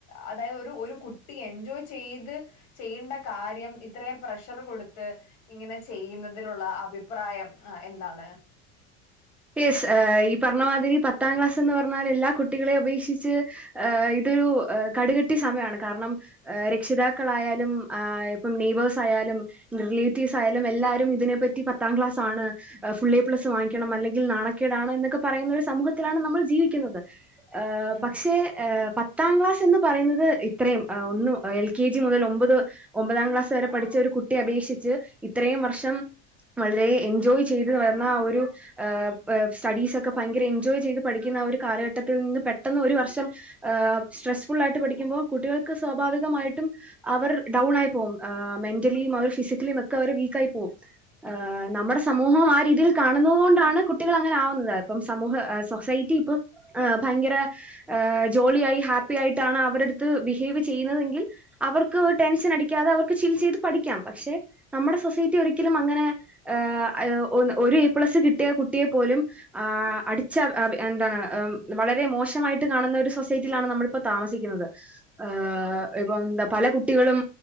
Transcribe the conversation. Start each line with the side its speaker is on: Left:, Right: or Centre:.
Left: അതായത് ഒരു ഒരു കുട്ടി എൻജോയ് ചെയ്ത് ചെയ്യേണ്ട കാര്യം ഇത്രയും പ്രഷർ കൊടുത്ത് ഇങ്ങനെ ചെയ്യുന്നതിലുള്ള അഭിപ്രായം ആ എന്താണ്
Centre: യെസ് ഈ പറഞ്ഞമാതിരി പത്താം ക്ലാസ് എന്ന് പറഞ്ഞാൽ എല്ലാ കുട്ടികളെയും അപേക്ഷിച്ച് ആ ഇത് ഒരുകടുകെട്ടി സമയാണ് കാരണം രക്ഷിതാക്കളായാലും ഇപ്പം നെയ്ബേഴ്സ് ആയാലും റിലേറ്റീവ്സ് ആയാലും എല്ലാരും ഇതിനെപ്പറ്റി പത്താം ക്ലാസ് ആണ് ഫുള്ളേപ്ലസ് വാങ്ങിക്കണം അല്ലെങ്കി ങ്കിൽ നാണക്കേടാണ് എന്നൊക്കെ പറയുന്ന ഒരു സമൂഹത്തിലാണ് നമ്മൾ ജീവിക്കുന്നത് ആഹ്
Left: ഉം
Centre: പക്ഷേ ഏ പത്താം ക്ലാസ് എന്ന് പറയുന്നത് ഇത്രയും ഒന്നും എൽ കെ ജി മുതൽ ഒമ്പത് ഒമ്പതാം ക്ലാസ് വരെ പഠിച്ച ഒരു കുട്ടിയെ അപേക്ഷി ഇത്രയും വർഷം വളരെ എൻജോയ് ചെയ്ത് വരുന്ന ആ ഒരു ആ സ്റ്റ്ഡീസോക്കെ ഭയങ്കര എൻജോയ് ചെയ്ത് പഠിക്കുന്ന ആ ഒരു കാലഘട്ടത്തിൽ നിന്ന് പെട്ടെന്ന് ഒരു വർഷം സ്ട്രെസ്ഫുൾ ആയിട്ട് പഠിക്കുമ്പോൾ കുട്ടികൾക്ക് സ്വാഭാവികമായിട്ടും അവർ ഡൗൺ ആയിപോകും ആമെന്റ് മെന്റലിയും ഫിസിക്കലിയും ഒക്കെ അവർ വീക്കായി പോകും
Left: ഉം
Centre: നമ്മുടെ സമൂഹം ആ രീതിയിൽ കാണുന്നത് കൊണ്ടാണ് ണ്കുട്ടികളങ്ങനെ ആകുന്നത് ഇപ്പം സമൂഹ സൊസൈറ്റി ഇപ്പൊ ഭയങ്കര ജോളിയായി ഹാപ്പി ആയിട്ടാണ് അവരെട്ത്ത് ബിഹേവ് ചെയ്യുന്നതെങ്കിൽ അവർക്ക് ടെൻഷൻ അടിക്കാതെ അവർക്ക് ചിൽ ചെയ്ത് പഠി ക്കാം പക്ഷെ നമ്മടെ സൊസൈറ്റി ഒരിക്കലും അങ്ങനെ ഏഹ് ഒരു എ പ്ലസ് കിട്ടിയ കുട്ടി കുട്ടിയെ പോലും ആ അടിച്ച എന്താണ് വളരെ മോശമായിട്ട് കാണുന്ന ഒരു സൊസൈറ്റിയിലാണ് നമ്മളിപ്പോ താമസിക്കുന്നത് ഏ ഇപ്പന്തപല കുട്ടികളും